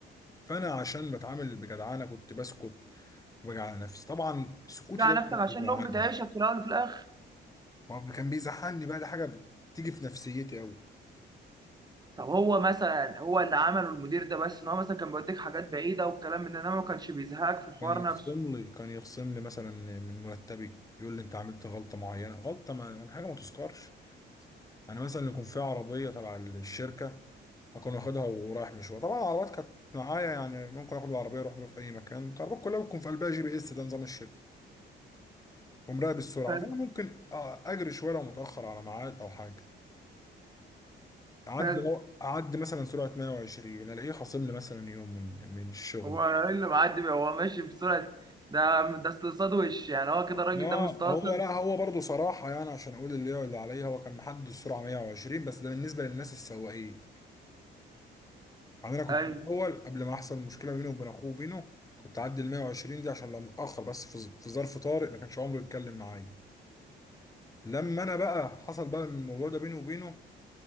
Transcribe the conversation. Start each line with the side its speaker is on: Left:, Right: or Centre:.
Left: فانا عشان بتعامل بجدعانه كنت بسكت وبجي على نفسي طبعا سكوتي
Right: تيجي على
Left: ده كان
Right: نفسك عشان
Left: بيجعلني
Right: الام بتعيشك في الاول وفي الاخر
Left: ما هو كان بيزعلني بقى ده حاجه بتيجي في نفسيتي قوي.
Right: طب هو مثلا هو اللي عمله المدير ده بس ان هو مثلا كان بيوديك حاجات بعيده والكلام من ده انما ما كانش بيزهقك في الحوار
Left: كان يخصم
Right: نفسه
Left: لي كان يخصم لي مثلا من مرتبي يقول لي انت عملت غلطه معينه غلطه ما يعني حاجه ما تذكرش يعني مثلا يكون في عربيه تبع الشركه اكون واخدها ورايح مشوار طبعا العربيات كانت معايا يعني ممكن اخد العربيه اروح بيها في اي مكان العربيات كلها بتكون في قلبها جي بي اس ده نظام الشركه ومراقب السرعه
Right: حلو
Left: فانا ممكن اه اجري شويه لو متاخر على ميعاد او حاجه اعدي
Right: حلو
Left: اعدي مثلا سرعه 120 الاقيه خاصم لي مثلا يوم من من الشغل
Right: هو ايه اللي معدي بيه؟ هو ماشي بسرعه ده ده استقصاد وش يعني هو كده الراجل
Left: اه
Right: ده مستقصد
Left: هو لا هو برضه صراحه يعني عشان اقول اللي هو اللي عليا هو كان محدد السرعه 120 بس ده بالنسبه للناس السواقين يعني انا كنت
Right: ايوه
Left: الاول قبل ما احصل مشكله بيني وبين اخوه وبينه كنت اعدي ال 120 دي عشان لو متاخر بس في ظ- في ظرف طارئ ما كانش عمره يتكلم معايا لما انا بقى حصل بقى الموضوع ده بيني وبينه